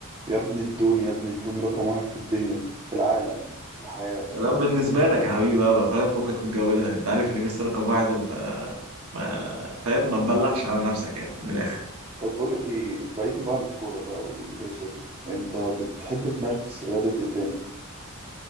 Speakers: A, on the right (about 25°); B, on the right (about 70°).
A: يا ابني الدون يا ابني الدون رقم واحد في الدنيا في العالم في الحياة
B: لا بالنسبة لك يا حبيبي بقى بقى فاهم فكك من الجو ده انت عارف ان ميسي رقم واحد وف ما فاهم ما تبلعش على نفسك يعني من الاخر
A: طب بقول لك ايه بعيدا بقى عن الكورة بقى والهيصة دي انت بتحب تمارس رياضة ايه تاني؟